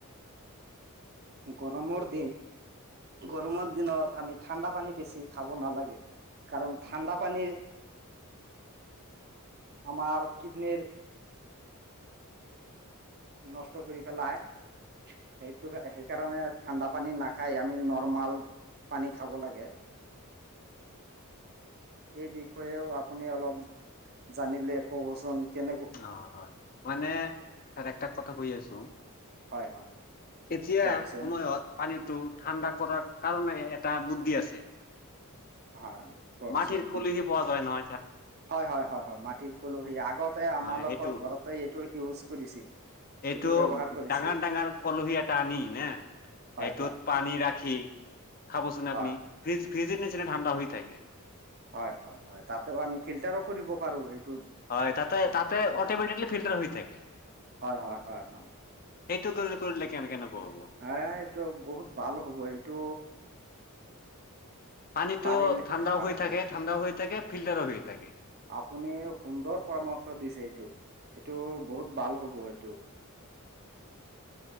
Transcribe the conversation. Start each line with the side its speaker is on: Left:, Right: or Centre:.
Right: গৰমৰ দিন, গৰমৰ দিনত আমি ঠাণ্ডা পানী বেছি খাব নালাগে। কাৰণ ঠাণ্ডা পানীৰ আমাৰ কিডনিৰ নষ্ট কৰি পেলাই, সেইটোকে সেই কাৰনে ঠাণ্ডা পানী নাখায়, আমি নৰ্মেল পানী খাব লাগে। এই বিষয়েও আপুনি অলপ জানিলে কবচোন কেনে
Left: অ হয় মানে আৰু এটা কথা কৈ আছো।
Right: হয় হয়
Left: এতিয়া
Right: কওকচোন।
Left: সময়ত পানীটো ঠাণ্ডা কৰাৰ কাৰণে এ এটা বুদ্ধি আছে।
Right: হয়। কওকচোন
Left: মাটিৰ
Right: কি
Left: কলিহি পোৱা যায় নহ
Right: হয় হয় হয় হয়, মাটিৰ কলহি আগতে আমাৰ
Left: হয়
Right: লোকৰ
Left: সেইটো
Right: ঘৰতে এইটো ইউজ কৰিছিল।
Left: এইটো
Right: ব্যৱহাৰ কৰিছিল
Left: ডাঙৰ - ডাঙৰ কলহী এটা আনি নে?
Right: হয়
Left: সেইটোত
Right: হয় হয়
Left: পানী ৰাখি খাবচোন
Right: হয়
Left: আপুনি,
Right: হয়
Left: ফ্ৰিজ, ফ্ৰিজৰ নিচিনা ঠাণ্ডা হৈ থাকে।
Right: হয় হয় হয় তাতেও আমি ফিল্টাৰো কৰিব পাৰো সেই
Left: হয় তাতে তাতে অট'মেটিকলি ফিল্টাৰ হৈ থাকে।
Right: হয় হয় হয় হয়
Left: সেইটো কৰিলে কৰিলে কেনেকুৱা নক হ'ব?
Right: হ এইটো বহুত ভাল হ'ব এইটো
Left: পানীটো
Right: পাৰিলে
Left: ঠাণ্ডাও
Right: হয়
Left: হৈ থাকে,
Right: হয় হয়
Left: ঠাণ্ডা হৈ থাকে ফিল্টাৰ হৈ থাকে।
Right: আপুনি সুন্দৰ পৰামৰ্শ দিছে এইটো, এইটো বহুত ভাল হব এইটো।